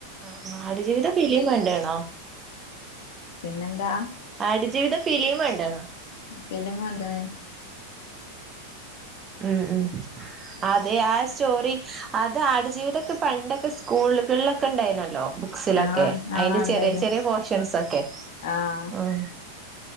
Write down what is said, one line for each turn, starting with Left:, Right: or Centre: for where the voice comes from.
Right: ആഹ്. ആട് ജീവിതം ഫിലിം കൺണ്ട്ണോ?
Left: പിന്നെന്താ.
Right: ആട് ജീവിതം ഫിലിം കണ്ട്ണോ?
Left: സിനിമ കണ്ട്ണ്.
Right: ഉം ഉം അതേ ആ സ്റ്റോറി അത് ആടുജീവിതൊക്കെ പണ്ടൊക്കെ സ്കൂളുകളിലൊക്കെ ഉണ്ടായിനല്ലോ. ക്സിലൊക്കെ
Left: ആഹ്
Right: അതിന്റെ
Left: ആഹ് ഇണ്ടായിനു
Right: ചെറിയ ചെറിയ പോർഷൻസൊക്കെ.
Left: ആഹ്
Right: ഉം